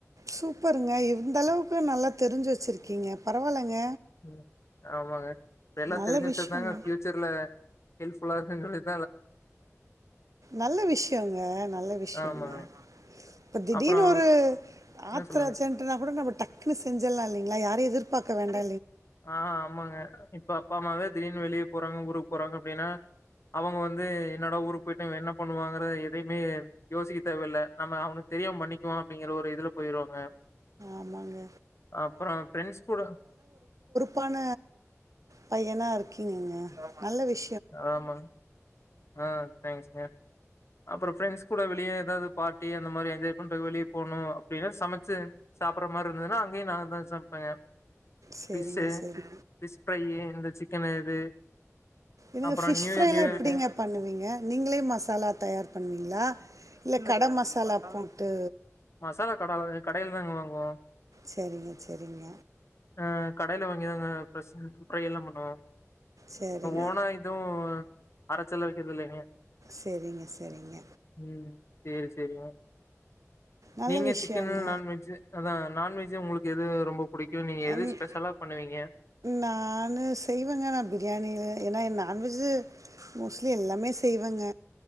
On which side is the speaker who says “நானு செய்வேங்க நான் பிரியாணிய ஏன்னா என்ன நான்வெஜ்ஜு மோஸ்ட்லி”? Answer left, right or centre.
Right